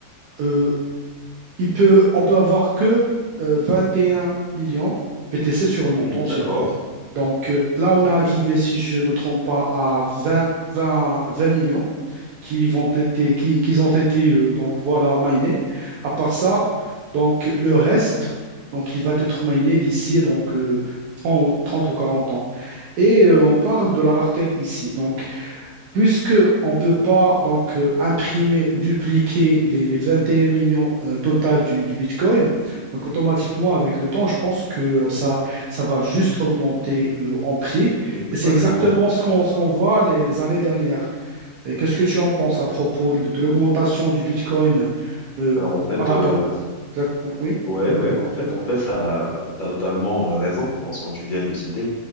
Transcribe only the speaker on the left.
Hmm,
D'accord.
Hmm, Exactement.
Alors en fait,
euh,
ouais, ouais, en fait, en fait, t'as, t'as totalement euh, raison dans ce que tu viens de citer.